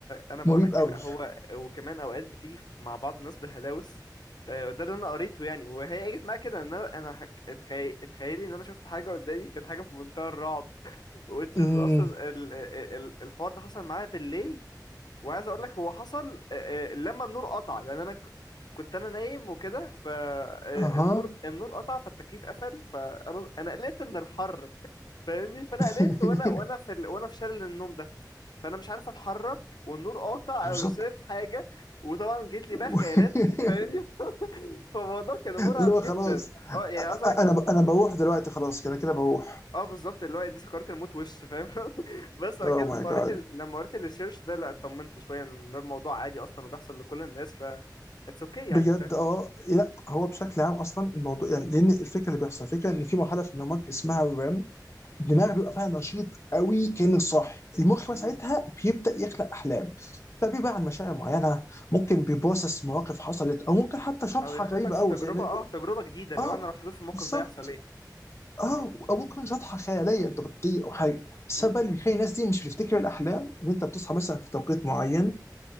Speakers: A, on the left; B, on the left.
A: انا بقولك
B: مريب قوي
A: هو وكمان اوقات بتيجي مع بعض الناس بهلاوس آه، ده اللي انا قريته يعني وهي جت معايا كده ان انا انا هك- اتخيل اتخيلي ان انا شفت حاجه قدامي كانت حاجه في منتهى الرعب which
B: امم
A: is اصلا ال... ال... ال- الحوار ده حصل معايا بالليل وعايز اقول لك هو حصل آه، آه، لما النور قطع لان انا ك- كنت انا نايم وكده فالنور
B: اها
A: النور قطع فالتكييف قفل فانا انا قلقت من الحر فاهمني فانا
B: <laughs>
A: قلقت وانا وانا في ال... وانا في شلل النوم ده فانا مش عارف اتحرك والنور قاطع
B: بالظبط
A: انا مش شايف حاجه وطبعا جيت لي
B: <laughs>
A: بقى خيارات فاهمني <laughs> فالموضوع كان مرعب
B: اللي هو
A: جدا
B: خلاص
A: اه يعني عايز اقول لك
B: انا انا بروح دلوقتي خلاص كده كده بروح
A: اه بالظبط اللي هو دي سكرات الموت وش فاهم <laughs> بس بعد
B: اوه
A: كده لما
B: ماي
A: قريت
B: جاد
A: ال... لما قريت الريسيرش ده لا اطمنت شويه ان ده الموضوع عادي اصلا وبيحصل لكل الناس ف اتس اوكي يعني
B: بجد
A: فاهم
B: اه لا هو بشكل عام اصلا الموضوع يعني لان الفكره اللي بيحصل الفكره ان في مرحله في نومك اسمها الريم الدماغ
A: مم.
B: بيبقى فيها نشيط قوي كانك صاحي المخ
A: مهم.
B: بقى ساعتها بيبدا يخلق احلام ده بيبقى عن مشاعر معينه ممكن بيبروسس مواقف حصلت او ممكن حتى شطحه
A: او يحطك
B: غريبه
A: في
B: قوي
A: تجربه
B: زي إن-
A: اه تجربه جديده اللي
B: اه
A: هو انا لو اتحطيت في الموقف
B: بالظبط
A: ده يحصل ايه
B: اه
A: مم.
B: او ممكن تكون شطحه خياليه انت بتطير او حاجه السبب
A: مم.
B: بقى اللي بيخلي الناس دي مش بتفتكر الاحلام ان انت بتصحى مثلا في توقيت معين